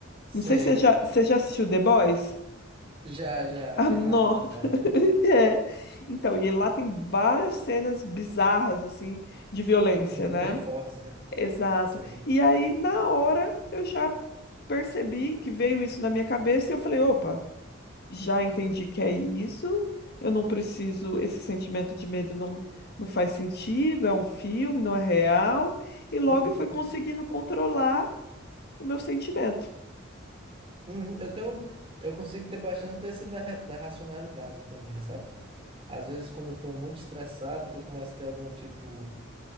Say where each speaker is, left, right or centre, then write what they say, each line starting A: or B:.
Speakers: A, on the right; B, on the left.
A: Sei.
B: Não sei se você já, você já assistiu The Boys.
A: Já, já.
B: Ah,
A: Aquele
B: não.
A: da Amazon
B: <laughs>
A: Prime, né?
B: É. Então, e lá tem várias cenas bizarras, assim, de violência,
A: Uhum.
B: né?
A: Bem fortes, né?
B: Exato.
A: Sei.
B: E aí, na hora, eu já percebi que veio isso na minha cabeça e eu falei: opa, já entendi que é isso, eu não preciso, esse sentimento de medo não, não faz sentido, é um filme, não é real. E logo
A: Uhum.
B: eu fui conseguindo controlar o meu sentimento.
A: Hum, eu tenho, eu consigo ter bastante desse da, ra- da racionalidade também, sabe? Às vezes, quando eu estou muito estressado, que eu começo a ter algum tipo,